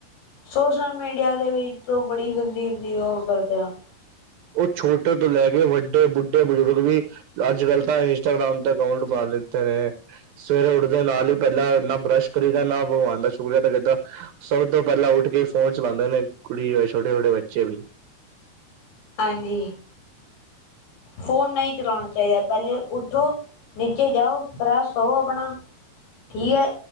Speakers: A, on the left; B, on the right.
A: ਸੋਸ਼ਲ ਮੀਡੀਆ ਦੇ ਵਿੱਚ ਬੜੀ ਗੰਦੀ-ਗੰਦੀ ਉਹ ਕਰਦੇ ਆ
B: ਉਹ ਛੋਟੇ ਤੋਂ ਲੈ ਕੇ ਵੱਡੇ ਬੁੱਢੇ ਬੁਜ਼ੁਰਗ ਵੀ ਅੱਜ ਕੱਲ ਤਾਂ ਇੰਸਟਾਗ੍ਰਾਮ ਤੇ ਅਕਾਊਂਟ ਬਨ ਲਤੇ ਨੇ ਸਵੇਰੇ ਉੱਠਦੇ ਨਾਲ ਹੀ ਪਹਿਲਾਂ ਨਾ ਬਰੱਸ਼ ਕਰੀਦਾ ਨਾ ਭਗਵਾਨ ਦਾ ਸ਼ੁਕਰੀਆ ਤਾਂ ਕਿਦਾਂ ਸਭ ਤੋਂ ਪਹਿਲਾਂ ਉੱਠ ਕੇ ਫੋਨ ਚਲਾਉਂਦੇ ਨੇ ਕੁੜੀਯਾਵੇ ਛੋਟੇ-ਛੋਟੇ ਬੱਚੇ ਵੀ
A: ਹਾਂਜੀ ਫੋਨ ਨਹੀਂ ਚਲਾਉਣਾ ਚਾਹੀਦਾ ਪਹਿੱਲੇ ਉੱਠੋ ਨੀਚੇ ਜਾਓ ਫ੍ਰੈਸ਼ ਹੋਵੋ ਆਪਣਾ ਠੀਕ ਹੈ